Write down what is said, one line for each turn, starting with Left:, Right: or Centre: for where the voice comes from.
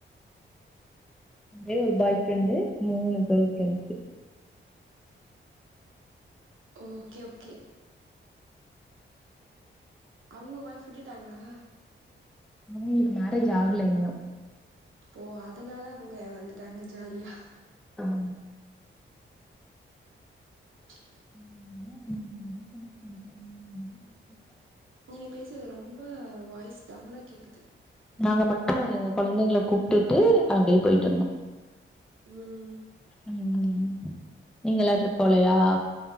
Centre: ஒரே ஒரு பாய்
Right: ம்
Centre: ஃப்ரெண்டு மூணு கேர்ள் ஃப்ரெண்ட்ஸு
Right: ஓகே ஓகே அவுங்க ஒய்ஃப் விட்டுட்டாங்ளா
Centre: அவங்ளுக்கு மேரேஜ் ஆகல இன்யு
Right: ஓ அதனால அவுங்க வந்துட்டாங்க ஜாலியா
Centre: அ ம்
Right: சரி.
Centre: <inaudible>
Right: நீங்க பேசறது ரொம்ப வாய்ஸ் டவுனா கேக்குது
Centre: நாங்க மட்டு எங்க கொழந்தைங்கல கூப்டுட்டு அப்டியே போய்ட்டு வந்தோ
Right: ம்
Centre: ம் நீங்கல்லா ட்ரிப் போலையா